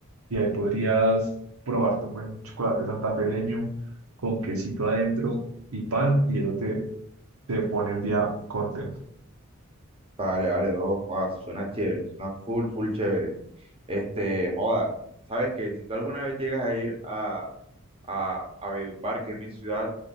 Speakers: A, on the right; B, on the right.
A: y ahí podrías probarte un buen chocolate santafereño con quesito adentro y pan, y eso te, te pone el día contento.
B: Vale, vale, bro. Joda, suena chévere, suena full, full chévere. Este, joda, sabes que si tú alguna vez llegas a ir a, a, a Valledupar, que es mi ciudad,